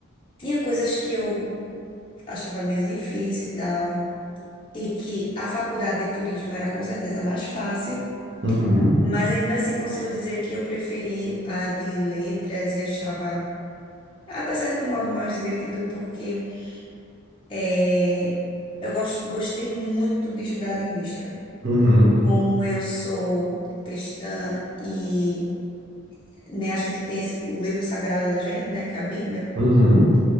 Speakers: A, on the left (about 25°); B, on the right (about 60°).
A: Tinha coisas que eu achava meio difícil e tal, e que a faculdade de turismo era com certeza mais fácil,
B: Uhum,
A: mas ainda assim consigo dizer que eu preferi a de letras e achava até certo modo mais divertido, porque eh, eu gos- gostei muito de estudar linguística.
B: uhum,
A: Como eu sou cristã e né, a gente tem esse- o livro sagrado da gente, né, que é a Bíblia.
B: uhum,